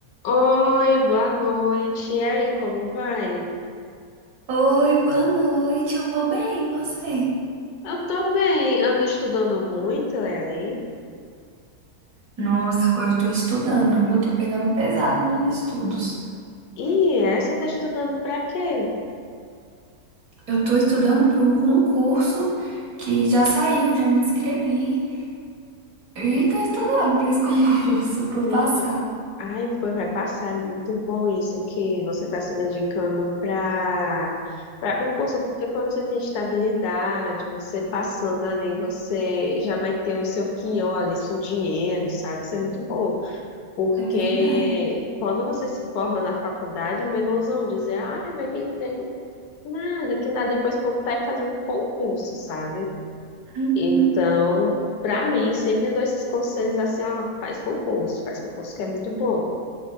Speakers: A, on the left; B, on the right.
A: Oi, boa noite. E aí, como vai?
B: Oi, boa noite. Eu vou bem, e você?
A: Eu tô bem, ando estudando muito, e aí?
B: Nossa, agora eu tô estudando, viu? Eu tô pegando pesado nos estudos.
A: E é, você tá estudando pra quê?
B: Eu tô estudando para um concurso que já saiu, já me inscrevi. E tô estudando para esse <laughs> concurso, para
A: Menino,
B: eu passar.
A: Ai, pô, vai passar, é muito bom isso que você está se dedicando para para concurso, porque quando você tem estabilidade, você passando ali, você já vai ter o seu quinhão ali, seu dinheiro, sabe? Isso é muito bom. Porque
B: É verdade.
A: quando você se forma na faculdade, é uma ilusão dizer, ai, vai ter emprego Nada, que nada depois que eu tá fazendo concurso, sabe?
B: Uhum.
A: Então, pra mim, sempre dou esses conselhos assim, ó, faz concurso, faz concurso que é muito bom.